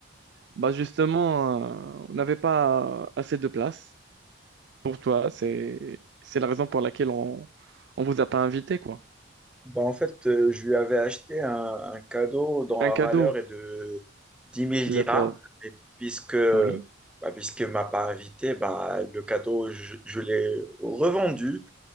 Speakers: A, on the right; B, in the centre.
A: Bah justement, euh, on n'avait pas assez de place pour toi. C'est, c'est la raison pour laquelle on ne vous a pas invité, quoi.
B: bah en fait, euh, je lui avais acheté un, un cadeau dont
A: Un
B: la
A: cadeau,
B: valeur est de dix mille
A: le
B: dirhams.
A: pauvre.
B: Et puisque,
A: Oui,
B: bah, puisqu'il ne m'a pas invité, bah, le cadeau, je, je l'ai revendu